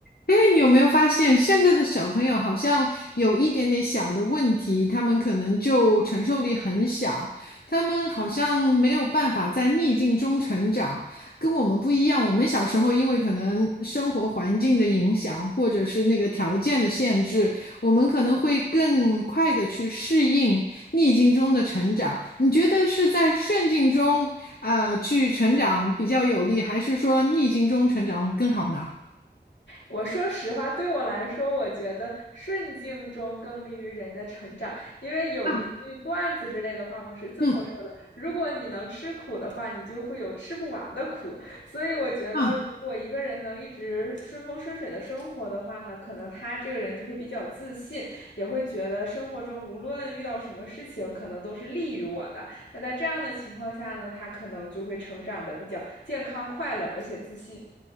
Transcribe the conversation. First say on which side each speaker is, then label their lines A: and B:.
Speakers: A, on the left; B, on the left.
A: 因为你有没有发现，现在的小朋友好像有一点点小的问题，他们可能就承受力很小，他们好像没有办法在逆境中成长，跟我们不一样。我们小时候因为可能生活环境的影响，或者是那个条件的限制，我们可能会更快的去适应逆境中的成长。你觉得是在顺境中，啊呃去成长比较有利，还是说逆境中成长更好呢？
B: 我说实话，对我来说，我觉得顺境中更利于人的成长，因为有一句段子之类的话嘛，
A: 啊，
B: 是这么说的：
A: 嗯。
B: 如果你能吃苦的话，你就会有吃不完的苦。所以我觉得，
A: 啊，
B: 如果一个人能一直顺风顺水的生活的话呢，可能他这个人就会比较自信，也会觉得生活中无论遇到什么事情，可能都是利于我的。那在这样的情况下呢，他可能就会成长的比较健康、快乐，而且自信。